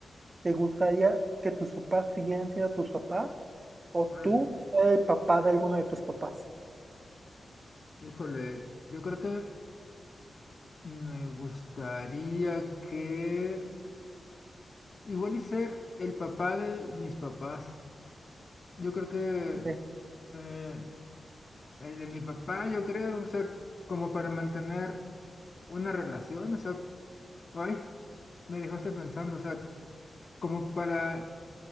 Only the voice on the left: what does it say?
Órale.
Híjole, yo creo que me gustaría que igual y ser el papá de mis papás. Yo creo que
eh, el de mi papá, yo creo, o sea, como para mantener una relación, o sea, ay, me dejaste pensando, o sea, como para